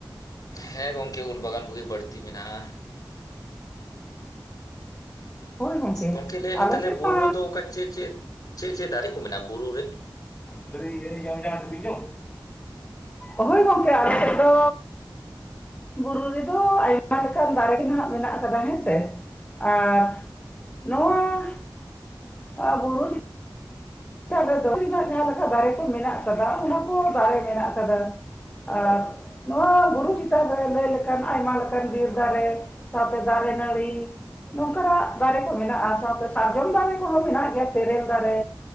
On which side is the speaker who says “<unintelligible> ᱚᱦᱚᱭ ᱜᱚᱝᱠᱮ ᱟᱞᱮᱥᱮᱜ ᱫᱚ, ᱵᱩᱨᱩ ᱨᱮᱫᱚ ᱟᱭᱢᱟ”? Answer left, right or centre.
Left